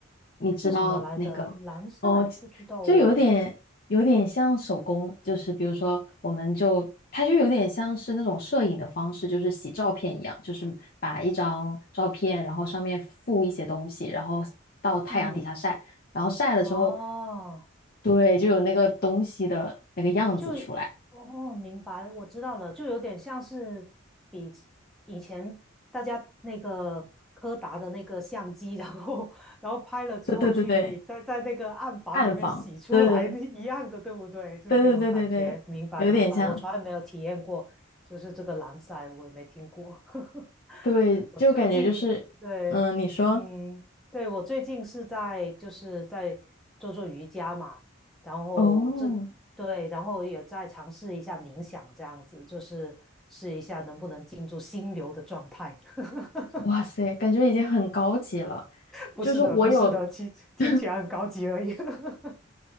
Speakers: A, on the left; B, in the centre.
A: 你知道那个哦，
B: 是什么来的？蓝赛？
A: 就就有点有点像手工，
B: 不知道哦。
A: 就是比如说我们就它就有点像是那种摄影的方式，就是洗照片一样，就是把一张照片，然后上面附一些东西，然后到太阳底下晒。
B: 嗯，
A: 然后晒了之后，
B: 哦，
A: 对，就有那个东西的那个样子出来。
B: 就哦，明白，我知道了，就有点像是比以前大家那个柯达的那个相机，<laughs> 然后然后拍了之后去在在那个暗房里面洗出来
A: 对对对对，暗房，对对
B: <laughs> 一样的，对不对？就是那种感觉。
A: 对对对对对对，
B: 明白，
A: 有点像，
B: 明白，我从来没有体验过，就是这个蓝晒，我也没听过。<laughs>
A: 对，
B: 我最近对，
A: 就感觉就是，嗯，你说，
B: 嗯，对，我最近是在就是在做做瑜伽嘛。然后这对，
A: 哦，
B: 然后也再尝试一下冥想，这样子就是试一下能不能进入心流的状态。<laughs>
A: 哇塞，感觉已经很高级了，
B: 不是的，
A: 就是我有。
B: 不是的，听听起来很高级而已。
A: <laughs>
B: <laughs>